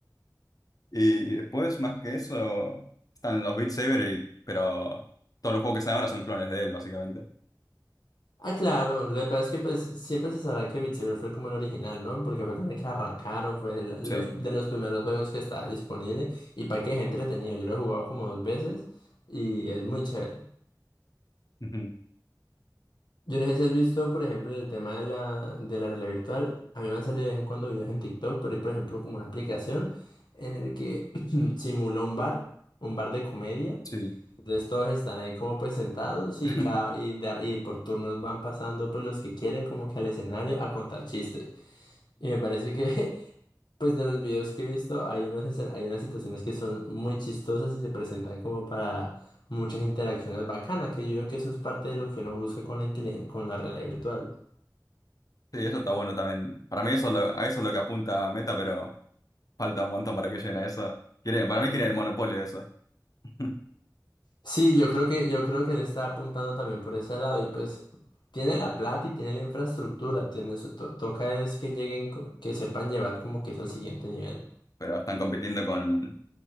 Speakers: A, on the left; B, on the left.
A: Y después, más que eso, están los Beat Saber, y- pero todos los juegos que salen ahora son clones de él, básicamente.
B: Ah, claro, lo que pasa es que pues siempre se sabrá que Beat Saber fue como el original, ¿no? Porque fue con el que arrancaron, fue el-
A: Sí,
B: los, de los primeros juegos que estaba disponible y para que es entretenido. Yo lo he jugado como dos veces y es muy chévere.
A: Ujú.
B: Yo no sé si has visto, por ejemplo, el tema de la, de la realidad virtual. A mí me han salido de vez en cuando videos en TikTok, pero hay, por ejemplo, como una aplicación en el que <clears throat> simula un bar, un bar de comedia
A: sí.
B: Entonces todos están ahí como pues sentados y,
A: <laughs>
B: cada, y, de ar- y por turnos van pasando pues los que quieren como que al escenario a contar chistes. Y me parece que <laughs> pues de los videos que he visto hay unos escen- hay unas situaciones que son muy chistosas y se presentan como para muchas interacciones bacanas, que yo creo que eso es parte de lo que uno busca con la inteligen- con la realidad virtual.
A: Sí, eso está bueno también. Para mí eso es lo- a eso es lo que apunta Meta, pero falta un montón para que lleguen a eso. Quieren, para mí quieren el monopolio de eso. <laughs>
B: Sí, yo creo que yo creo que él está apuntando también por ese lado y pues tiene la plata y tiene la infraestructura, tiene, su- to- toca es que lleguen, co- que sepan llevar como que eso al siguiente nivel.
A: Pero están compitiendo con